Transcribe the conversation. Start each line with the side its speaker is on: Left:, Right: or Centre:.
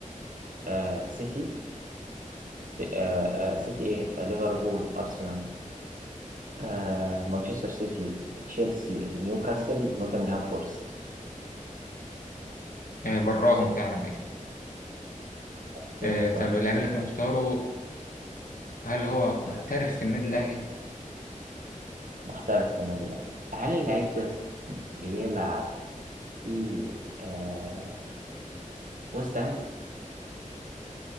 Right: آه سيتي آه آه سيتي إيه آه ليفربول أرسنال آه مانشستر سيتي تشيلسي نيوكاسل نوتنغهام فورست
Left: آه براهم فعلا ايوه
Right: زي
Left: آه
Right: ما اخترت
Left: طب اللاعب اللي انت مختاره هل هو محترف في النادي الاهلي
Right: محترف في النادي الأهلي هل اللعيب ده بيلعب في آه ويست هام